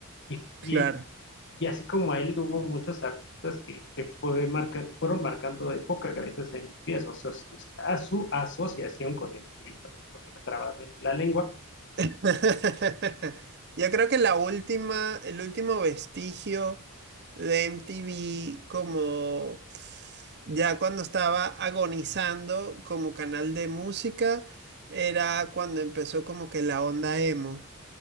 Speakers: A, on the left (about 55°); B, on the right (about 50°).
A: Y,
B: Claro.
A: y, y así como a él, hubo muchos artistas que, que fue marca- fueron marcando época gracias a MTV, a su, asoci- a su asociación con MTV, perdón por trabarme la lengua.
B: <laughs> Yo creo que la última, el último vestigio de MTV como ya cuando estaba agonizando como canal de música era cuando empezó como que la onda emo.